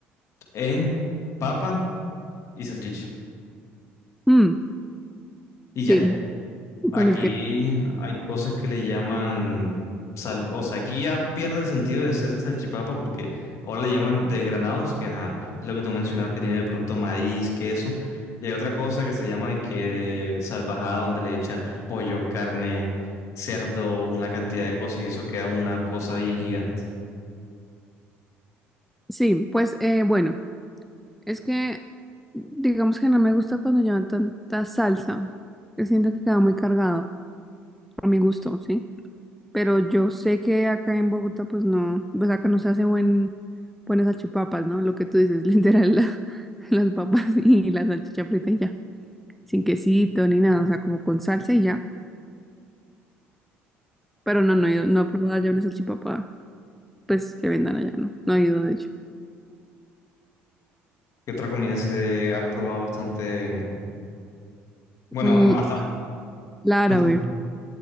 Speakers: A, on the left; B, in the centre.
A: en papa y salchicha.
B: Mm,
A: Y
B: sí,
A: ya. Aquí
B: con el que...
A: hay cosas que le llaman, sal- o sea, aquí ya pierde el sentido de ser salchipapa porque ahora le llaman desgranados, que ajá, es lo que tú mencionabas que tiene de pronto maíz, queso, y hay otra cosa que se llama de que salvajada donde le echan pollo, carne, cerdo, una cantidad de cosas y eso queda una cosa bien gigante.
B: Sí, pues eh, bueno, es que digamos que no me gusta cuando llevan tanta salsa. que Siento que queda muy cargado, a mi gusto, ¿sí? Pero yo sé que acá en Bogotá, pues no, pues acá no se hace buen, buenas salchipapas, ¿no? Lo que tú dices, <laughs> literal, la- las papas y la salchicha frita y ya. Sin quesito ni nada, o sea, como con salsa y ya. Pero no, no he ido, no he probado allá una salchipapa, pues que vendan allá, no, no he ido de hecho.
A: ¿Qué otra comida si te has probado bastante? Bueno,
B: Mm,
A: más,
B: la árabe.
A: no